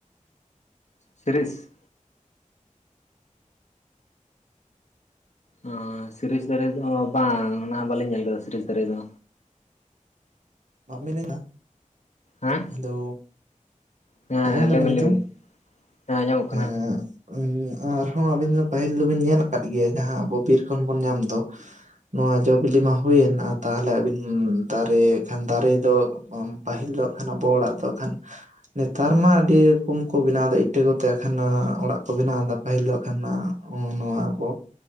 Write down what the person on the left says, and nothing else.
ᱥᱨᱤᱥ <unintelligible> ᱥᱤᱨᱤᱥ ᱫᱟᱨᱮ ᱫᱚ ᱵᱟᱝ ᱚᱱᱟ ᱦᱚᱸ ᱵᱟᱹᱞᱤᱧ ᱧᱮᱞ ᱠᱟᱫᱟ ᱥᱤᱨᱤᱥ ᱫᱟᱨᱮ ᱫᱚᱼᱼ
ᱦᱮᱸ
ᱦᱮᱸ
ᱞᱟᱹᱭᱵᱤᱱ
ᱞᱟᱹᱭᱵᱤᱱ ᱦᱮᱸ ᱟᱸᱡᱚᱢᱚᱜ ᱠᱟᱱᱟ